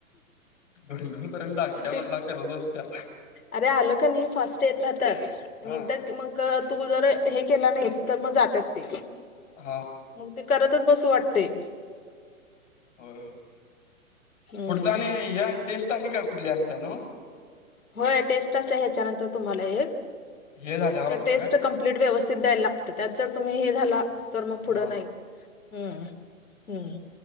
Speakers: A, on the left (about 60°); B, on the left (about 75°).
A: दोन दोन पर्यंत अक्ष्या
B: ते
A: म्हणला करत बसत्या.
B: अरे आलं का नाही फास्ट येत राहत्यात. आणि
A: हा
B: एकदा ग मग तू जर हे केला नाहीस तर मग जातात ते.
A: हा.
B: मग ते करतच बसू वाटतय.
A: होय - होय.
B: हम्म
A: पुढच आणि ह्या टेस्ट आणि का कुठल्या असत्या न्हवं.
B: होय टेस्ट असत्या ह्याच्यानंतर तुम्हाला एक.
A: हे झाल्यावर
B: ती
A: असत्या
B: टेस्ट
A: काय
B: कं प्लेट व्यवस्थित द्यायला लागत्या. त्यात जर तुम्ही हे झाला तर मग पुढं
A: हा
B: नाही. हम्म. हम्म.